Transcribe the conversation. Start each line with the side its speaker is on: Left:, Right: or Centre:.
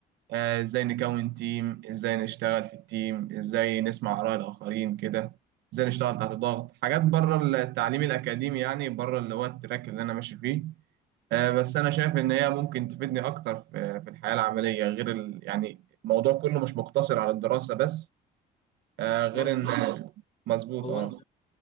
Right: آه، ازاي نكون تيم ازاي نشتغل في التيم ازاي نسمع آراء الآخرين كده ازاي نشتغل تحت ضغط حاجات بره التعليم الأكاديمي يعني بره اللي هو التراك اللي أنا ماشي فيه آه، بس أنا شايف إن هي ممكن تفيدني أكتر في في الحياة العملية غير ال... يعني الموضوع كله مش مقتصر على الدراسة بس آه، غير
Left: مظبوط
Right: إن مظبوط
Left: هو
Right: اه
Left: انت